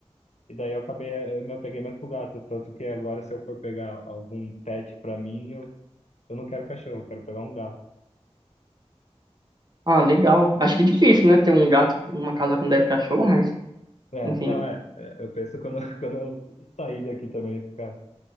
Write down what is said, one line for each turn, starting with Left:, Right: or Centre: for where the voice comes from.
Left: E daí eu acabei, eh, eu me apeguei mais pro gato. Tanto que agora, se eu for pegar algum pet pra mim, eu, eu não quero cachorro, eu quero pegar um gato.
Right: Ah, legal. Acho que difícil, né? Ter um gato, uma casa com dez cachorros, mas,
Left: É,
Right: enfim.
Left: não, é, é, eu penso quando, <laughs> quando eu sair daqui também, ficar,